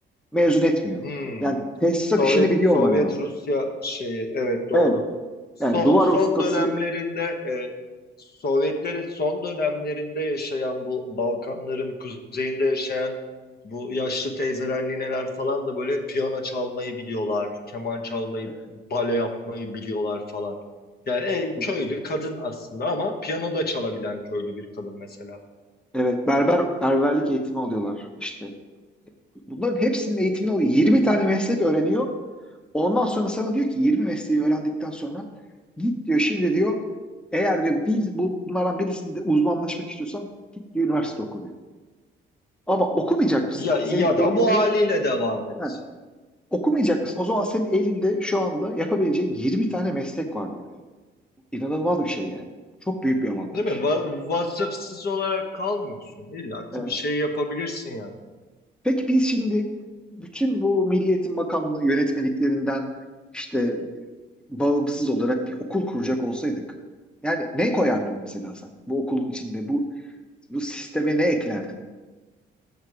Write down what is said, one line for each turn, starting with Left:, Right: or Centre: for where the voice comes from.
Centre: mezun etmiyor.
Left: Hmm.
Centre: Yani tesisat
Left: Sovyet
Centre: işini biliyor
Left: Sovyet
Centre: olman lazım.
Left: Rusya şeyi evet doğru.
Centre: Evet.
Left: Son
Centre: Yani duvar
Left: son
Centre: ustası,
Left: dönemlerinde e, Sovyetlerin son dönemlerinde yaşayan bu Balkanların kuzeyinde yaşayan bu yaşlı teyzeler, nineler falan da böyle piyano çalmayı biliyorlar, keman çalmayı,
Centre: evet,
Left: bale yapmayı biliyorlar falan. Yani e,
Centre: evet,
Left: köylü kadın aslında ama piyano da çalabilen köylü bir kadın mesela.
Centre: evet, berber berberlik eğitimi alıyorlar. İşte bunların hepsinin eğitimini alıyor. 20 tane meslek öğreniyor. Ondan sonra sana diyor ki 20 mesleği öğrendikten sonra git diyor şimdi diyor eğer diyor bir bu, bunlardan birisinde uzmanlaşmak istiyorsan git diyor üniversite oku Ama okumayacak mısın?
Left: Ya
Centre: Senin
Left: ya
Centre: elinde
Left: da bu haliyle devam et.
Centre: ha, okumayacak mısın? O zaman senin elinde şu anda yapabileceğin 20 tane meslek var diyor. İnanılmaz bir şey yani. Çok büyük bir avantaj.
Left: Değil mi? Va- vasıfsız olarak kalmıyorsun. İlla
Centre: Evet.
Left: ki bir şey yapabilirsin yani.
Centre: Peki biz şimdi bütün bu Milli Eğitim Bakanlığı yönetmeliklerinden işte e, bağımsız olarak bir okul kuracak olsaydık yani ne koyardın mesela sen bu okulun içinde bu bu sisteme ne eklerdin?